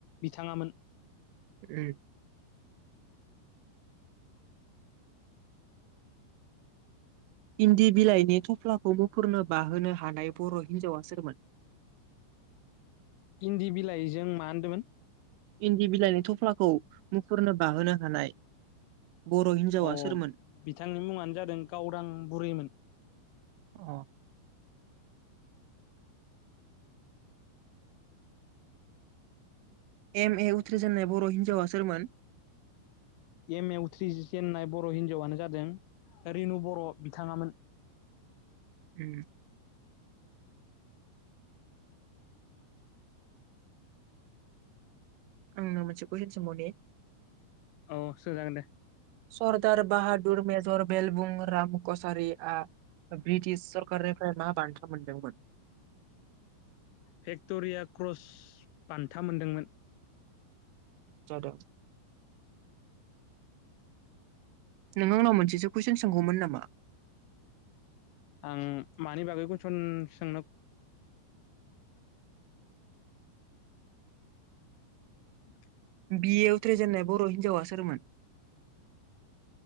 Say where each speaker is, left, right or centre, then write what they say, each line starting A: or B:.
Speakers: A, on the left; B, on the right.
A: बिथांङामोन।
B: उम। इन्दि बिलाइनि थफ्लाखौ मुफुरनो बाहोनो हानाय बर' हिन्जावा सोरमोन?
A: इन्दि बिलाइजों मा होनदोंमोन?
B: इन्दि बिलाइनि थफ्लाखौ मुफुरनो बाहोनो हानाय बर' हिनजावा
A: अ
B: सोरमोन
A: बिथांनि मुंङानो जादों गावदां बुरैमोन।
B: अ। एम ए उथ्रिजेननाय बर' हिन्जावा सोरमोन?
A: एम ए उथ्रि जेननाय बर' हिन्जावानो जादों रेनु बर' बिथांङामोन।
B: उम। आं नोंनाव मोनसे कुइसन सोंबावनि।
A: औ सोंजागोन दे।
B: सरदार बाहादुर मेजर बेलबुंराम कसारिआ ब्रिटिश सरकारनिफ्राय मा बान्था मोनदोंमोन?
A: भेक्ट'रिया क्रस बान्था मोनदोंमोन।
B: जादों। नों आंनाव मोनसेसो कुइसन सोंगौमोन नामा?
A: आं मानि बागै कुइसन सोंनो <inaudible>
B: बि ए उथ्रजेननाय बर' हिनजावा सोरमोन?